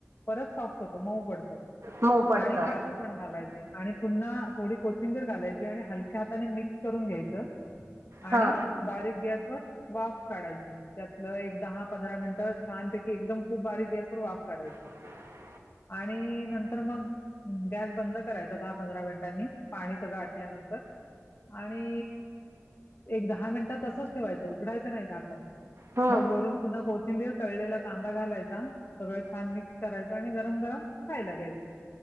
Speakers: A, on the left; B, on the right.
A: परत सॉफ्ट होतं मऊ पडतं
B: मऊ पडतं
A: आणि काजू पण घालायचे. आणि पुन्हा थोडी कोथिंबीर घालायची आणि हलक्या हाताने मिक्स करून घ्यायचं आणि
B: हा
A: बारीक गॅसवरर वाफ काढायची त्यातलं एक दहा पंधरा मिनिटं छानपैकी एकदम खूप बारीक गॅस वर वाफ काढायची
B: <unintelligible>
A: आणि नंतर मग गॅस बंद करायचा दहा पंधरा मिनिटांनी पाणी सगळं आठ ल्या तर आणि एक दहा मिनिटात तसंच ठेवायचं उघडायचं नाही झाकण
B: हम्म
A: मग वरून पुन्हा कोथिंबीर तळलेला कांदा घालायचा सगळं छान मिक्स करायचं आणि गरम गरम खायला घ्यायचं